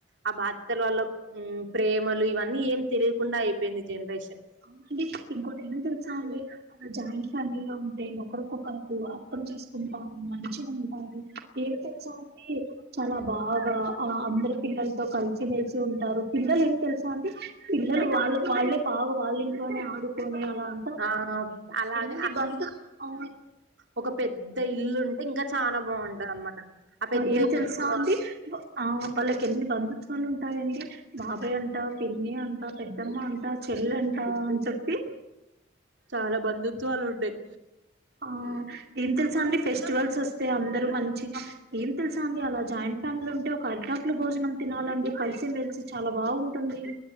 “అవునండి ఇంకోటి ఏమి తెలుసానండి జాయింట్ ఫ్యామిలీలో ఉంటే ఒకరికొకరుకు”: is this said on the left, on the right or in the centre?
Right